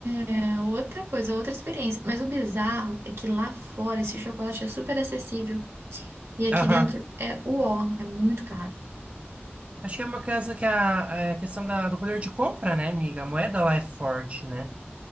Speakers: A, on the right; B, on the right.
A: É outra coisa, outra experiência. Mas o bizarro é que lá fora esse chocolate é super acessível. E aqui
B: Aham.
A: dentro é o ó, é muito caro.
B: Acho que é uma casa que a, é, a questão da- do poder de compra, né, amiga? A moeda lá é forte, né?